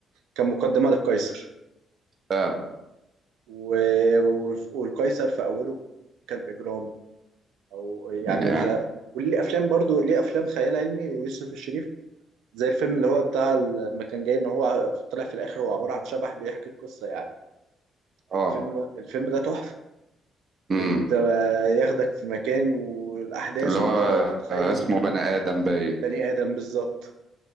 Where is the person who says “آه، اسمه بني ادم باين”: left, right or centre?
Right